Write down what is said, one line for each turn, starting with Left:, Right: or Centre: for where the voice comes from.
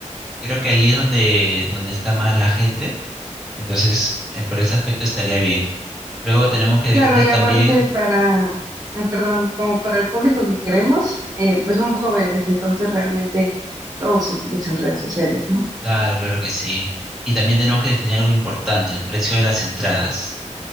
Centre: Creo que ahí es donde donde está más la gente, entonces eh, por ese aspecto estaría bien. Luego tenemos que
Right: Claro,
Centre: definir
Right: y
Centre: también,
Right: aparte para, ah, perdón, como para el público que queremos, eh, pues son jóvenes, entonces realmente todos utilizan redes sociales, ¿no?
Centre: claro, claro que sí, y también tenemos que definir algo importante, el precio de las entradas.